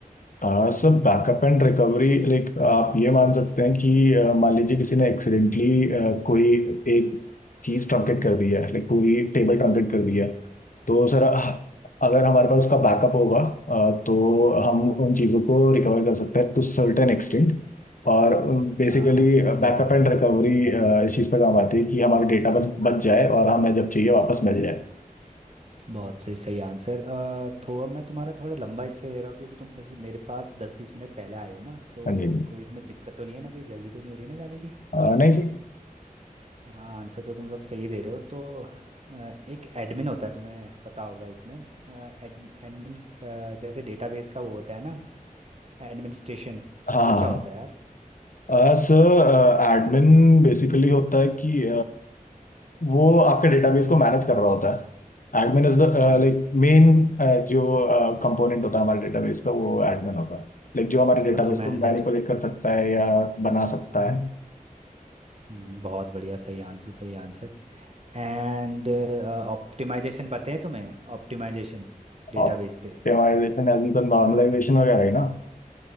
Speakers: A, on the left; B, on the right.
A: आ, Sir backup and recovery like आप ये मान सकते हैं कि आ, मान लीजिए किसी ने एक्सीडेंटली कोई एक चीज ट्रंकेट कर दी है लाइक पूरी टेबल ट्रंकेट कर दी है तो सर अ- अगर हमारे पास उसका बैकअप होगा अ, तो हम उन चीज़ों को रिकवर कर सकते हैं टू सर्टेन एक्सटेंट और बेसिकली
B: हाँ हाँ सही
A: बैकअप
B: कह रहे
A: एंड
B: हो
A: रिकवरी इस चीज़ पर काम आती है कि हमारा डेटा बस बच जाए और हमें जब चाहिए वापस मिल जाए
B: बहुत सही सही आंसर अ, तो अब मैं तुम्हारा थोड़ा लंबा इसलिए ले रहा हूँ क्योंकि तुम मेरे मेरे पास दस बीस मिनट पहले आए हो ना तो
A: हाँ जी हाँ जी।
B: कोई तुम्हें दिक्कत तो नहीं है ना कहीं जल्दी तो नहीं हो रही है ना जाने की
A: अ, नहीं सर
B: हाँ आंसर तो तुम सब सही दे रहे हो तो अ, एक एडमिन होता है तुम्हें पता होगा इसमें एडमिन जैसे डेटाबेस का वो होता है ना एडमिनिस्ट्रेशन
A: हाँ
B: वो क्या
A: हाँ
B: होता है यार
A: हाँ। अ, सर एडमिन बेसिकली होता है कि वो आपके डेटाबेस को मैनेज कर रहा होता है admin is the
B: अच्छा मत
A: like main जो कंपोनेंट होता है हमारे डेटाबेस का वो एडमिन होता है लाइक जो हमारे
B: अच्छा
A: डेटाबेस
B: मतलब
A: को
B: मैनेजर
A: मैनिपुलेट कर सकता है या बना सकता है
B: हम्म, बहुत बढ़िया सही आंसर सही आंसर एंड ऑप्टिमाइजेशन पता है तुम्हें ऑप्टिमाइजेशन डेटाबेस
A: ऑप्टिमाइजेशन
B: पे
A: एंड द नॉर्मलाइजेशन वगैरह ही ना